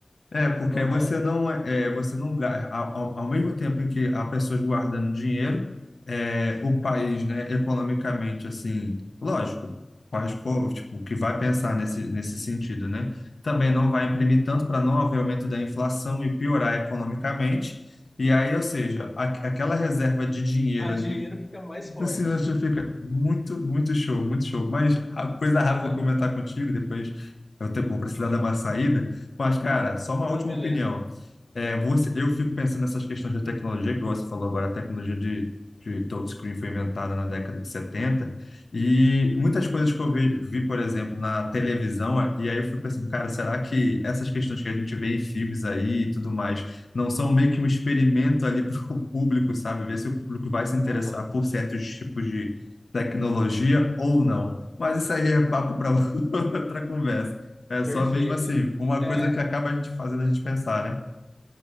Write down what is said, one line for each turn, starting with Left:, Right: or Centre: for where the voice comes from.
Left: É, porque
Centre: Aham.
Left: aí você não é, é, você não ga- ao, ao ao mesmo tempo em que há pessoas guardando dinheiro, é, o país, né, economicamente assim, lógico, o país co- tipo que vai pensar nesse nesse sentido, né? Também não vai imprimir tanto para não haver aumento da inflação e piorar economicamente. E aí, ou seja, a, aquela reserva de dinheiro
Centre: A
Left: ali
Centre: dinheiro fica mais
Left: Tipo
Centre: forte.
Left: assim, fica muito, muito show, muito show. Mas a coisa rápida
Centre: Aham.
Left: que eu comentar contigo, depois eu te- vou precisar dar uma saída. Mas, cara, só uma
Centre: Ah,
Left: última
Centre: beleza.
Left: opinião. É, você, eu fico pensando nessas questões de tecnologia, que você falou agora, a tecnologia de, de touchscreen foi inventada na década de 70 e muitas coisas que eu vi, vi, por exemplo, na televisão, e aí eu fico pensando, cara, será que essas questões que a gente vê em filmes aí e tudo mais não são meio que um experimento ali <laughs> para o público, sabe? Ver se o público vai se interessar
Centre: Aham,
Left: por certos tipos de tecnologia ou não. Mas isso aí é papo para <laughs> outra conversa. É
Centre: perfeito.
Left: só mesmo assim, uma
Centre: É,
Left: coisa que acaba a gente fazendo a gente pensar, né?